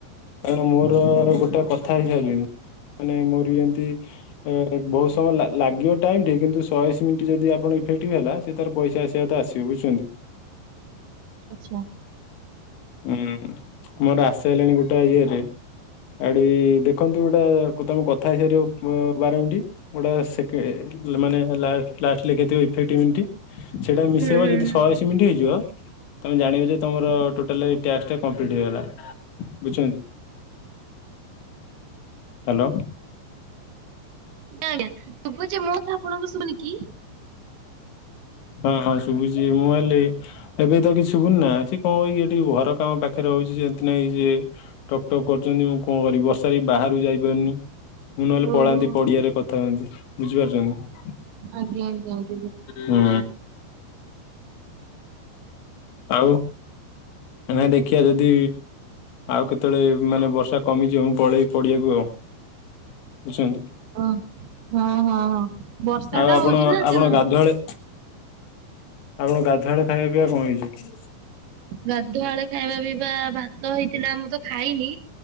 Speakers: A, on the left; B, on the right.
A: କ ମୋର ଗୋଟେ କଥା ହେଇ ସାରିଲିଣି। ମାନେ ମୋରବି ଏନ୍ତି ବହୁତ ସମୟ ଲାଗିବ ଟାଇମ ଟିକେ କିନ୍ତୁ ଶହେଶ ମିନିଟ ଯଦି ଆପଣ ଇଫେକ୍ଟିଭ ହେଲା। ସେ ତାର ପଇସା ଆସିବା ତ ଆସିବ ବୁଝୁଛନ୍ତି?
B: ଆଛା।
A: ହୁଁ ମୋର ଆସ ହେଲାଣି ଗୋଟେ ଇଏରେ ଆଡୁ ବି। ଦେଖନ୍ତୁ ଗୋଟେ ତମେ କଥା ହେଇସାରିବ ବାର ମିନିଟି ଗୋଟେ ସେକେ ମାନେ ହେଲା। ଲାଷ୍ଟ ଲେ ଇଫେକ୍ଟ ମିନିଟ ସେଇଟା ମିଶେଇବ
B: ହୁଁ ହୁଁ
A: ଯଦି
B: ହୁଁ।
A: ଶହେଅଶୀ ମିନିଟ ହେଇଯିବ। ତମେ ଜାଣିବ ଯେ ତମର ଟୋଟାଲ ଏଇ ଟାସ୍କଟା କମ୍ପ୍ଲିଟ୍ ହେଇଗଲା ବୁଝୁଛନ୍ତି? ହାଲୋ।
B: ଆ ଆଜ୍ଞା ଶୁଛୁଚୀ ମୋ କଥା ଆପଣଙ୍କୁ ଶୁଭୁନି କି?
A: ହଁ ହଁ ଶୁଭୁଛି ମୁଁ କହିଲି। ଏବେ ତ କିଛି ଶୁଭୁନି ନା ସେ କଣ ଏଇ ଟିକି ଘର କାମ ବା ପାଖରେ ରହୁଛି ସେମିତି ନାଇଁ ସିଏ ଟକ୍ ଟକ୍ କରୁଛନ୍ତି ମୁଁ କଣ କରିବି ବର୍ଷାରେ ବାହାରକୁ ଯାଇପାରୁନି। ମୁଁ ନହେଲେ
B: ଓହୋ
A: ପଳାନ୍ତି
B: ହୋ
A: ପଡିଆରେ କଥା ହୁଅନ୍ତି ବୁଝିପାରୁଛନ୍ତି।
B: ଆଜ୍ଞା ଆଜ୍ଞା ଆ
A: ହୁଁ। ଆଉ। ନାଇଁ ଦେଖିବା ଯଦି ଆଉ କେତେବେଳେ ମାନେ ବର୍ଷା କମିଯିବ ମୁଁ ପଳେଇବି ପଡିିବାକୁ ଆଉ- ବୁଝଛନ୍ତି
B: ଓ ହଁ ହଁ ହଁ ବର୍ଷାଟା
A: ଆଉ ଆପଣ
B: ହଉଛି ନା
A: ଆପଣ
B: ତେଣୁ।
A: ଗାଧୁଆଳେ ଆପଣ ଗାଧୁଆ ବେଳେ ଖାଇବା ପିଇବା କଣ ହେଇଛି?
B: ଗାଧୁଆ ବେଳେ ଖାଇବା ପିଇବା ଭାତ ହେଇଥିଲା ମୁଁ ତ ଖାଇନି।